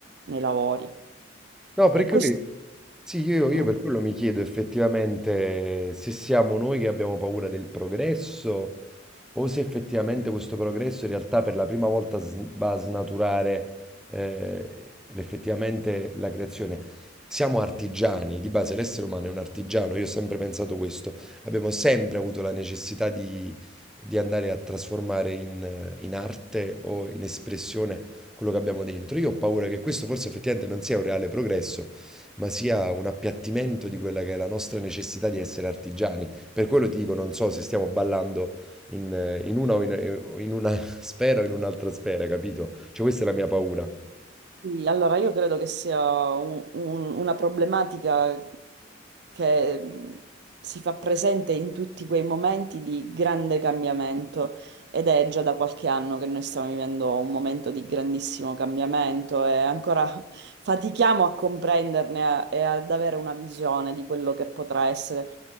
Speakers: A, on the right; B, in the centre.
A: nei lavori.
B: No, perché
A: E questo,
B: lui Sì, io, io
A: no.
B: per quello mi chiedo effettivamente se siamo noi che abbiamo paura del progresso o se effettivamente questo progresso in realtà per la prima volta s- va a snaturare eh, effettivamente la creazione. Siamo artigiani, di base l'essere umano è un artigiano, io ho sempre pensato questo, abbiamo sempre avuto la necessità di, di andare a trasformare in, in arte o in espressione quello che abbiamo dentro. Io ho paura che questo forse effettivamente non sia un reale progresso ma sia un appiattimento di quella che è la nostra necessità di essere artigiani. Per quello ti dico, non so se stiamo ballando in, eh, in una o in, eh, o in una <laughs> sfera o in un'altra sfera, capito? Cioè, questa è la mia paura.
A: Sì, allora io credo che sia un- un- una problematica che mh, si fa presente in tutti quei momenti di grande cambiamento ed è già da qualche anno che noi stiamo vivendo un momento di grandissimo cambiamento e ancora fatichiamo a comprenderne a- e ad avere una visione di quello che potrà essere,